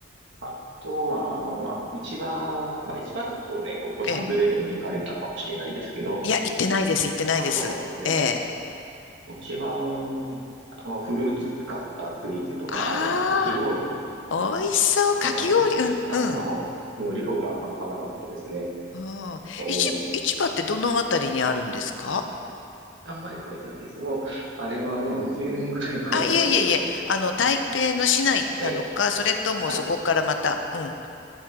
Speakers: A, on the right (about 75°); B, on the left (about 80°).
A: あとは、まあ、市場、まあ、市場だとね、お子さん連れでも行かれたかもしれないですけど、
B: ええ。いや、行ってないです、行ってないです。
A: あ、そうなんですね。
B: ええ。
A: 市場の、あの、フルーツ使ったスイーツとか、
B: あ
A: あの、かき氷
B: あ、美味しそう。
A: もうなん、
B: かき氷。
A: あの、
B: うん、
A: あ
B: うん。
A: の量が半端なかったですね。
B: うん、
A: えー
B: 市、市場ってどのあたりにあるんですか
A: あんまり覚えてないですね。もう、あれはもう20年くらい前なので、
B: あ、いえいえいえ。あの、台北の市内なのか、
A: ええ、
B: それともそこからまた。
A: はい。
B: うん。